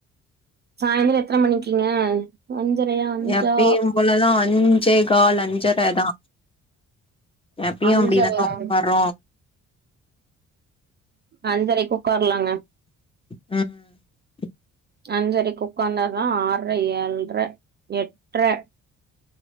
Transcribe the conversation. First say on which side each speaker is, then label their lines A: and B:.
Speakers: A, on the right; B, on the left.
A: சாய்ந்தரம் எத்தனை மணிக்கங்க அஞ்சரையா அஞ்சா
B: எப்பயு போலதா அஞ்சே கால் அஞ்சரைதா எப்பயும்
A: அஞ்சரையா
B: அப்டிதானே உக்காறோ
A: அஞ்சரைக்கு உக்காரலாங்க
B: ம்
A: அஞ்சரைக்கு உக்காந்தாதான் ஆர்ரே ஏல்ரே எட்ரே